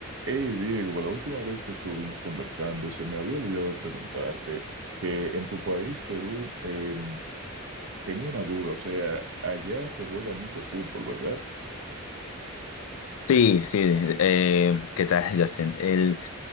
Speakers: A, on the right; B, on the left.
A: Hey Diego, la última vez que estuvimos conversando, se me había olvidado preguntarte que en tu país, Perú, em, tenía una duda, o sea, allá se juega mucho fútbol, ¿verdad?
B: Sí, sí, eh, ¿qué tal, Justin? El,